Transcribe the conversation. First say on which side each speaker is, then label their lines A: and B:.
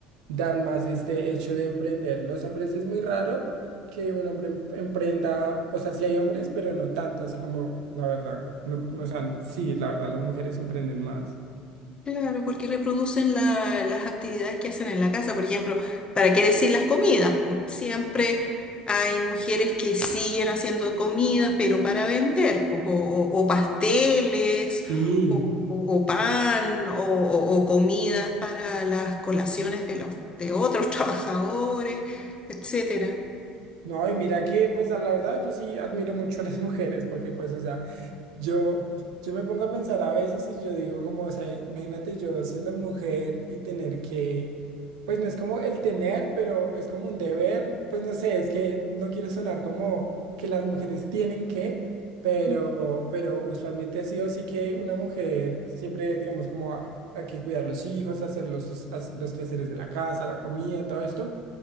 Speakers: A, on the right; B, on the left.
A: dan más este hecho de emprender. Los hombres es muy raro que un hombre em- emprenda, o sea, sí hay hombres, pero no tanto, así como la verdad, no, no, o sea, sí, la verdad, las mujeres emprenden más.
B: Claro, porque reproducen la- las actividades que hacen en la casa. Por ejemplo, ¿para qué decir las comidas? Siempre hay mujeres que siguen haciendo comidas, pero para vender, pues, o, o- o pasteles,
A: Y
B: o, o- o pan, o, o- o comidas para las colaciones de los, de otros <laughs> trabajadores, etcétera.
A: No, y mira que, pues, a la verdad, yo sí admiro mucho a las <laughs> mujeres, porque, pues, o sea, Yo, yo me pongo a pensar a veces y yo digo como, o sea, imagínate yo siendo mujer y tener que, pues no es como el tener, pero es como un deber, pues no sé, es que no quiero sonar como que las mujeres tienen que, pero,
B: Mm,
A: pero usualmente ha sido así que una mujer siempre, digamos, como a- hay que cuidar los hijos, hacer los, sus- as- los quehaceres de la casa, la comida, todo esto.